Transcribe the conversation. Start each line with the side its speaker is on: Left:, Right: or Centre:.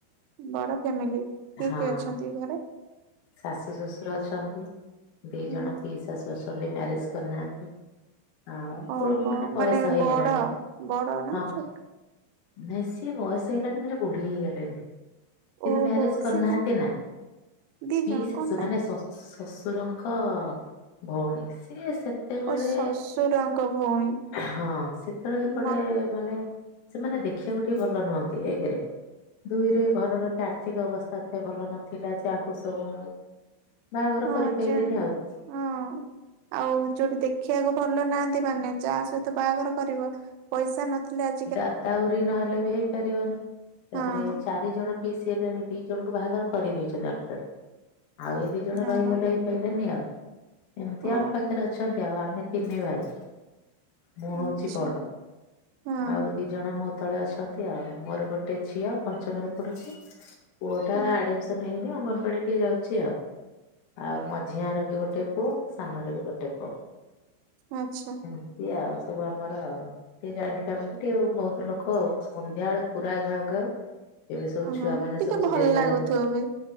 Right: ବଡ଼ ଫ୍ୟାମିଲି? କିଏ
Left: ହଁ
Right: କିଏ ଅଛନ୍ତି ଘରେ?
Left: ଶାଶୁ, ଶଶୁର ଅଛନ୍ତି, ଦି
Right: ହୁଁ
Left: ଜଣ ପି ଶାଶୁ ଅଛନ୍ତି ମ୍ୟାରେଜ କରିନାହାନ୍ତି। <unintelligible>
Right: ଓହୋ
Left: ମାନେ ବୟସ ହେଇଗଲାଣି।
Right: ବଡ ବଡ ନା
Left: ହଁ।
Right: ଛୋଟ
Left: ନାଇଁ ସିଏ ବୟସ ହେଇଗଲାଣି ମାନେ ବୁଢ଼ୀ ହେଇଗଲେଣି। କିନ୍ତୁ
Right: ଓହୋ
Left: ମ୍ୟାରେଜ କରିନାହାନ୍ତି
Right: ସେ କା
Left: ନା।
Right: ଦି
Left: ପି
Right: ଜଣ
Left: ଶାଶୁ
Right: କଣ ପାଇଁ
Left: ମାନେ ଶ-ଶଶୁରଙ୍କ ଭଉଣୀ। ସିଏ ସେ ସେତେବେଳେ
Right: ଓ ଶଶୁରଙ୍କ ଭଉଣୀ
Left: ହଁ ସେତେବେଳେ କୁଆଡ଼େ
Right: ମ
Left: ମାନେ ସେମାନେ ଦେଖିବାକୁ ଟିକେ ଭଲ ନୁହନ୍ତି ଏକେରେ ଦୁଇରେ ଘରର ଟ୍ୟାଗ ଆର୍ଥିକ ଅବସ୍ଥା ଏତେ ଭଲ ନଥିଲା ଯେ ଆଙ୍କୁ ସବୁ। ବାହାଘର
Right: ହଁ
Left: କରି ପାଇଲେନି
Right: ଯା
Left: ଆଉ ଛ।
Right: ହଁ। ଆଉ ଯୋଉଠି ଦେଖିବାକୁ ଭଲ ନାହାନ୍ତି ମାନେ ଯାହା ସହିତ ବାହାଘର କରିବ। ପଇସା ନଥିଲେ ଆ
Left: ଦାର କଉରି ନହେଲେ ବି ହେଇପାରିବନି
Right: ହଁ
Left: ତାପରେ ଏଇ ଚାରି ଜଣ। ପି ସିଏ ତେଣିକି ଦି ଜଣଙ୍କୁ ବାହାଘର କରିଦେଇଛନ୍ତି ଅଲରେଡି ଆଉ ଏ ଦି ଜଣ
Right: ଓହୋ
Left: ରହିଗଲେ ହେଇ। ହେଲେନି ଆଉ ଏମିତି
Right: ଓ
Left: ଆମ ପାଖରେ ଅଛନ୍ତି ଆଉ ଆମେ ତିନି ଭାଇ। ମୁଁ ହଉଛି
Right: ଆଚ୍ଛା
Left: ବଡ।
Right: ହଁ
Left: ଆଉ ଦି ଜଣ ମୋ ତଳେ ଅଛନ୍ତି ଆଉ ମୋର ଗୋଟେ ଝିଅ ପଞ୍ଚମରେ ପଢୁଛି। ପୁଅଟା
Right: ହଁ
Left: ଆଡମିସନ ହେଇନି ଅଙ୍ଗନବାଡି ଟିକେ ଯାଉଚ୍। ଚି ଆଉ ଆଉ ମଝିଆର ବି ଗୋଟେ ପୁଅ ସାନର ବି ଗୋଟେ ପୁଅ।
Right: ଆଚ୍ଛା।
Left: ଏମତି ଆଉ ସବୁ ଆମର ଆଉ ଟିକେ ଜଏଣ୍ଟ। ସେମିତି ଟିକେ ବୋହୁତ ଲୋକ ଆଉ ସନ୍ଧ୍ୟାବେଳେ ପୁରା ଘାଉ ଘାଉ। ଏବେ ସବୁ
Right: ଓହୁଁ
Left: ଛୁଆ ମାନେ
Right: ଟିକେ
Left: ସବୁ
Right: ଭଲ
Left: ଜେଝା
Right: ଲାଗୁଥିବ
Left: ରୁମ୍
Right: ବି।